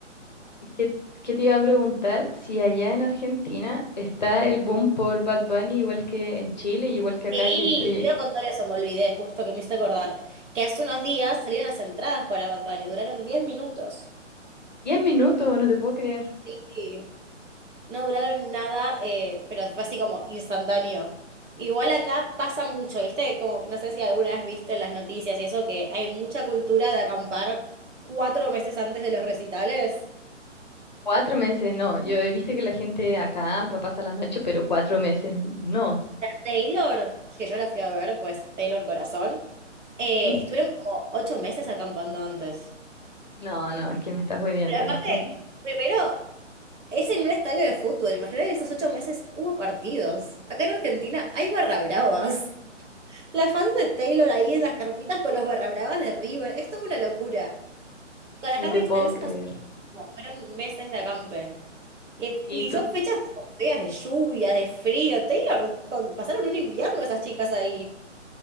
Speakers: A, on the left; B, on the right.
A: ¿Qué, qué te iba a preguntar? Si allá en Argentina está el boom por Bad Bunny, igual que en Chile y igual que
B: Sí,
A: acá, que estoy
B: te iba a contar eso, me olvidé, justo que me hice acordar. Que hace unos días salieron las entradas para Bad Bunny, duraron 10 minutos.
A: 10 minutos, no te puedo creer.
B: Sí. No duraron nada, eh, pero fue así como instantáneo. Igual acá pasa mucho, ¿viste? Como, no sé si alguna vez viste en las noticias y eso, que hay mucha cultura de acampar cuatro meses antes de los recitales.
A: Cuatro meses, no. Yo he visto que la gente acampa, pasa las noches, pero cuatro meses, no.
B: Taylor, que yo la fui a ver, pues Taylor Corazón, eh,
A: <laughs>
B: estuvieron como ocho meses acampando antes.
A: No, no, es que me estás hueviando,
B: Pero aparte,
A: es que
B: primero Es en un estadio de fútbol. Imagínate que esos ocho meses hubo partidos. Acá en Argentina hay barra bravas. Las fans de Taylor ahí en las carpitas con los barra bravas de River. Es toda una locura. Para
A: no
B: Harry
A: te puedo
B: Styles
A: creer.
B: pasó, como fueron meses de acampe. Y,
A: Y
B: y
A: tú,
B: son fechas feas de lluvia, de frío. Taylor, con- pasaron un invierno esas chicas ahí.